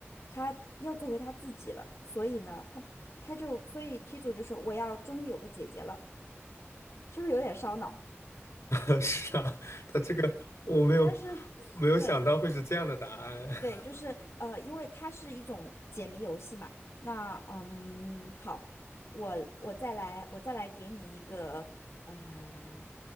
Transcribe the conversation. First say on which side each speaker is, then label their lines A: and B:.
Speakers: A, on the left (about 70°); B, on the left (about 90°).
A: 她要做回她自己了。所以呢，她她就所以题主就说我要终于有个姐姐了，是不是有点烧脑？
B: <laughs> 是啊，他这个我没有
A: 但是 <laughs>，
B: 没有想到会是这样的答案。
A: 对
B: <laughs>
A: 对，就是呃，因为它是一种解谜游戏嘛。那嗯，好，我我再来我再来给你一个呃